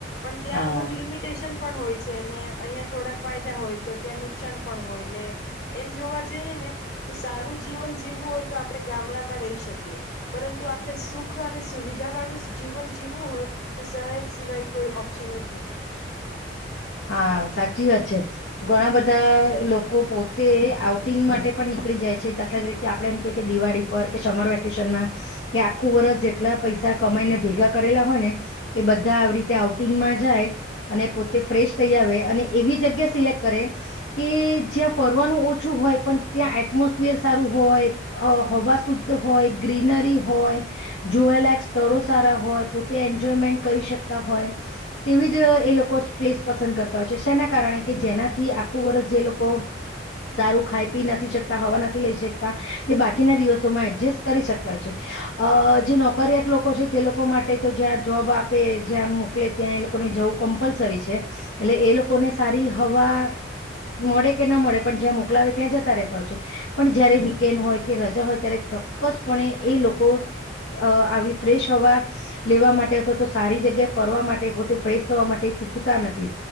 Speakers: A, on the left; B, on the left.
A: ત્યાં
B: હા
A: અમુક લિમિટેશન પણ હોય છે ને અહીંયા થોડા ફાયદા હોય તો ત્યાં નુકસાન પણ હોય ને એમ જોવા જઈએ ને તો સારું જીવન જીવવું હોય તો આપણે ગામડામાં રહી શકીએ. પરંતુ આપણે સુખ અને સુવિધા વાળું જીવન જીવવું હોય તો શહેર સિવાય કોઈ ઓ પ્શન જ નથી.
B: હા સાચી વાત છે. ઘણા બધા લોકો પોતે આઉટિંગ માટે પણ નીકળી જાય છે. દાખલા તરીકે આપણે એમ કે કે દિવાળી પર કે સમર વેકેશનમાં કે આખું વર્ષ જેટલા પૈસા કમાઈને ભેગા કરેલા હોય ને એ બધા આવી રીતે આઉટિંગમાં જાય અને પોતે ફ્રેશ થઇ આવે અને એવી જગ્યા સિલેક્ટ કરે કે જ્યાં ફરવાનું ઓછું હોય પણ ત્યાં એટમોસફિયર સારું હોય, અ હવા શુદ્ધ હોય, ગ્રીનરી હોય, જોવાલાયક સ્થળો સારા હોય, પોતે એન્જોયમેન્ટ કરી શકતા હોય તેવી જ એ લોકો પ્લેસ પસંદ કરતા હોય છે શના કારણે કે જેનાથી આખું વર્ષ જે લોકો તારું ખાઈ પી નથી શકતા હવા નથી લઈ શકતા તે બાકીના દિવસોમાં એડજસ્ટ કરી શકતા હોય છે. અ જે નોકરિયાત લોકો છે તે લોકો માટે તો જ્યાં જોબ આપે જ્યાં મોકલે ત્યાં એ લોકોને જવું કમ્પલસરી છે. એટલે એ લોકોને સારી હવા મળે કે ન મળે પણ જ્યાં મોકલાવે ત્યાં જતા રહેતા હોય છે. પણ જયારે વીકેન્ડ હોય કે રજા હોય ત્યારે ચોક્કસપ એ લોકો અ આવી ફ્રેશ હવા લેવા માટે અથવા તો સારી જગ્યા ફરવા માટે પોતે ફ્રેશ થવા માટે ચૂક તા નથી.